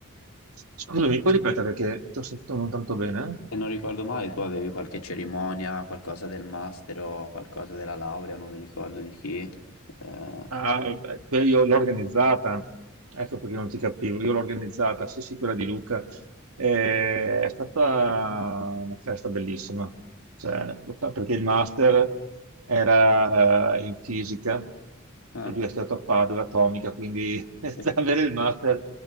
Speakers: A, on the right; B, on the left.
A: Scusami, puoi ripetere che ti ho sentito non tanto bene? eh.
B: Se non ricordo male, tu avevi qualche cerimonia, qualcosa del master o qualcosa della laurea, non mi ricordo di chi. Eh,
A: Ah, vabbè, que- io l'ho organizzata, ecco perché non ti capivo, io l'ho organizzata, sì sì, quella di Luca, Eh, è stata una festa bellissima, Cioè, perché il master era eh, in fisica
B: Ah,
A: e lui è stato a Padova Atomica, quindi <laughs>
B: sì.
A: avere il master